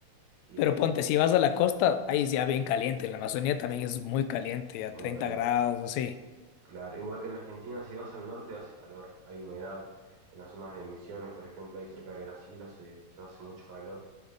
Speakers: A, on the right; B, on the left.
A: y
B: Pero
A: eh,
B: ponte,
A: eh,
B: si vas a la costa, ahí es ya bien caliente. En la Amazonía también es muy caliente, a
A: muy
B: treinta
A: caliente.
B: grados, así.
A: Claro, igual que en Argentina, si vas al norte hace calor, hay humedad. En las zonas de Misiones, por ejemplo, ahí cerca de Brasil hace, ya hace mucho calor.